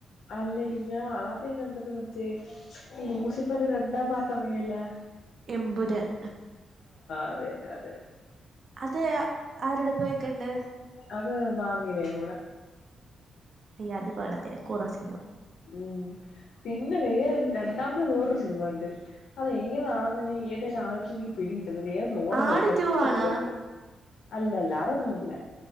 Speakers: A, on the left; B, on the right.
A: അല്ലടി ഞാ ആദ്യം കണ്ടത് മറ്റേ ലൂസിഫറു രണ്ടാം പാർട്ട് എറങ്ങിയല്ലെ.
B: എബൂരാൻ
A: അതെന്നെ അതെന്നെ
B: അത് അ ആരൂടെ പോയിക്കണ്ട്.
A: അത് മാമീടെ കൂടെ
B: അയ്യേ അത് കൊള്ളത്തില്ല കൂറ സീന
A: ഉം പിന്നെ വേറൊരു രണ്ടാമത് വേറൊരു സിനിമ കണ്ട് അത് ഏതാണെന്ന് ഞാൻ ഏദേശം ആലോച്ച് എനിക്ക് പിടികി <unintelligible> ഓർമ
B: ആട്
A: കിട്ടും
B: ടു
A: <unintelligible>
B: ആണോ
A: അല്ലല്ല അതൊന്നുംല്ല